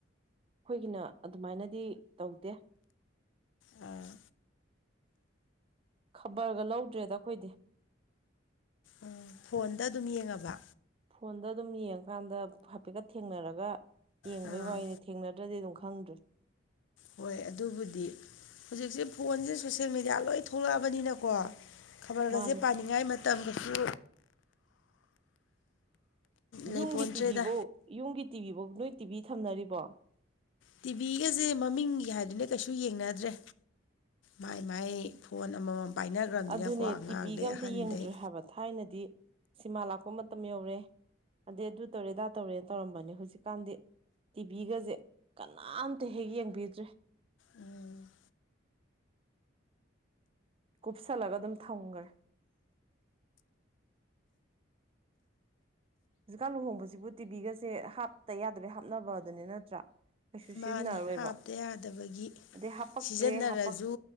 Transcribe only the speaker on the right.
ꯑꯈꯣꯏꯒꯤꯅ ꯑꯗꯨꯃꯥꯏꯅꯗꯤ ꯇꯧꯗꯦ
ꯈꯕꯔꯒ ꯂꯧꯗ꯭ꯔꯦꯗ ꯑꯈꯣꯏꯗꯤ
ꯐꯣꯟꯗ ꯑꯗꯨꯝ ꯌꯦꯡꯉꯀꯥꯟꯗ ꯍꯥꯏꯐꯦꯠꯀ ꯊꯦꯡꯅꯔꯒ ꯌꯦꯡꯕꯩ
ꯋꯥꯔꯤꯅꯤ ꯊꯦꯡꯅꯗ꯭ꯔꯗꯤ ꯑꯗꯨꯝ ꯈꯪꯗ꯭ꯔꯦ
ꯃꯥꯅꯦ
ꯌꯨꯝꯒꯤ ꯇꯤꯚꯤ ꯐꯧ ꯌꯨꯝꯒꯤ ꯇꯤꯚꯤ ꯐꯧ ꯅꯣꯏ ꯇꯤꯚꯤ ꯊꯝꯅꯔꯤꯕꯣ
ꯑꯗꯨꯅꯦ
ꯇꯤꯚꯤꯒ ꯑꯝꯇ
ꯌꯦꯡꯗ꯭ꯔꯦ ꯍꯥꯏꯕ ꯊꯥꯏꯅꯗꯤ ꯁꯤꯃꯥ ꯂꯥꯛꯄ ꯃꯇꯝ ꯌꯧꯔꯦ ꯑꯗꯩ ꯑꯗꯨ ꯇꯧꯔꯦ ꯑꯗꯥ ꯇꯧꯔꯦꯅ ꯇꯧꯔꯝꯕꯅꯦ ꯍꯧꯖꯤꯛꯀꯥꯟꯗꯤ ꯇꯤꯚꯤꯒꯁꯦ ꯀꯅꯥꯝꯇ ꯍꯦꯛ ꯌꯦꯡꯕꯤꯗ꯭ꯔꯦ
ꯀꯨꯞꯁꯜꯂꯒ ꯑꯗꯨꯝ ꯊꯝꯈ꯭ꯔꯦ ꯍꯧꯖꯤꯛꯀꯥꯟ ꯂꯨꯍꯣꯡꯕꯁꯤꯕꯨ ꯇꯤꯕꯤꯒꯁꯦ ꯍꯥꯞꯇ ꯌꯥꯗꯕꯩ ꯍꯥꯞꯅꯕ ꯑꯗꯨꯅꯤ ꯅꯠꯇ꯭ꯔꯥ ꯀꯩꯁꯨ
ꯁꯤꯖꯤꯟꯅꯔꯣꯏꯕ
ꯑꯗꯩ ꯍꯥꯄꯛꯇ꯭ꯔꯦ
ꯍꯥꯄꯛ